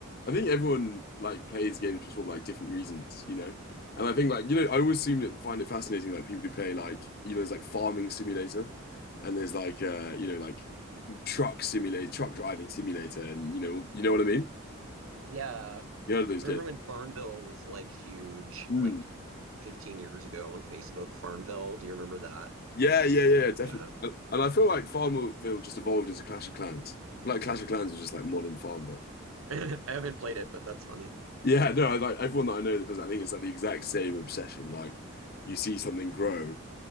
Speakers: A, on the left (about 45°); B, on the right (about 70°).
A: I think everyone like plays games for sort of like different reasons, you know. And I think like you know, I always seem to find it fascinating like people who play like you know, there's like farming simulator, and there's like uh you know like truck simulator, truck driving simulator, and you know you know what I mean?
B: Yeah.
A: You heard of those
B: Remember
A: games?
B: when Farmville was like huge,
A: Hmm.
B: like 15 years ago on Facebook, Farmville? Do you remember that?
A: Yeah, yeah, yeah, definitely.
B: Yeah.
A: And, and I feel like Farmville just evolved into Clash of Clans. Like Clash of Clans is just like modern Farmville.
B: <laughs> I haven't played it, but that's funny.
A: Yeah, no, I, like everyone that I know that does that, I think it's like the exact same obsession. Like you see something grow